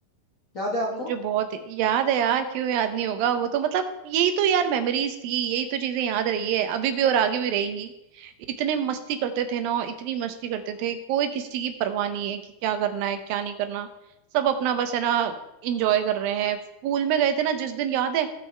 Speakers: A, on the left; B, on the right.
A: याद है आपको
B: मुझे बहुत याद है यार क्यों याद नहीं होगा वो तो मतलब यही तो यार मेमोरीज थी यही तो चीजें याद रही है अभी भी और आगे भी रहेंगी इतने मस्ती करते थे ना इतनी मस्ती करते थे कोई किसी की परवाह नहीं है कि क्या करना है क्या नहीं करना सब अपना बस है ना इंजॉय कर रहे हैं स्कूल में गए थे ना जिस दिन याद है